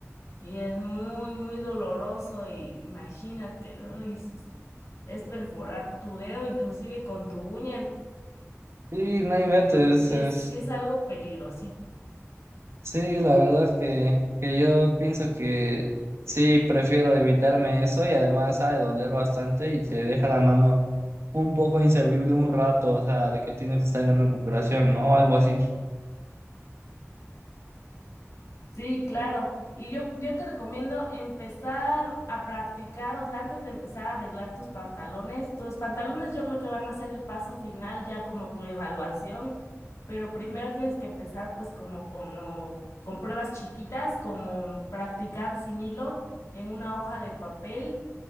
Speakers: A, on the left (about 65°); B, on the right (about 60°).
A: y es muy, muy doloroso y imagínate, ay, sí, es es perforar tu dedo inclusive con tu uña,
B: Sí, no inventes,
A: entonces sí es,
B: es,
A: sí es algo peligroso.
B: sí, la verdad que, que yo pienso que sí, prefiero evitarme eso y además ha de doler bastante y te deja la mano un poco inservible un rato, o sea, de que tienes que estar en recuperación, ¿no? Algo así.
A: Sí, claro. Y yo, yo te recomiendo empezar a practicar, o sea, antes de empezar a arreglar tus pantalones, tus pantalones yo creo que van a ser el paso final ya como tu evaluación, pero primero tienes que empezar pues como, como con pruebas chiquitas, como practicar sin hilo en una hoja de papel,